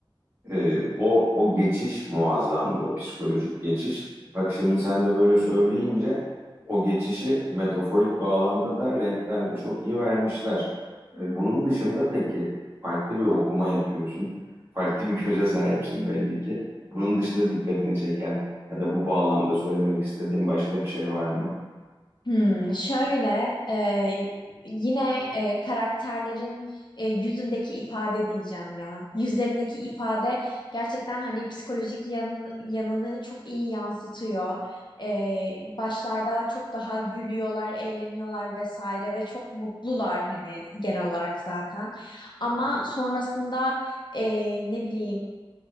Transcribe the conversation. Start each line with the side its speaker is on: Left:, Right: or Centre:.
Right: Ee, o o geçiş muazzamdı o psikolojik geçiş. Bak şimdi sen de böyle söyleyince o geçişi metaforik bağlamda da renklerle çok iyi vermişler. Ee, bunun dışında peki farklı bir okuma yapıyorsun. Farklı bir göze sahipsin belli ki. Bunun dışında dikkatini çeken ya da bu bağlamda söylemek istediğin başka bir şey var mı?
Left: Hmm, şöyle e, yine e, karakterlerin e, yüzündeki ifade diyeceğim ya. Yüzlerindeki ifade gerçekten hani psikolojik yanını, yanını çok iyi yansıtıyor. E, başlarda çok daha gülüyorlar, eğleniyorlar vesaire ve çok mutlular hani genel olarak zaten. Ama sonrasında e, ne bileyim.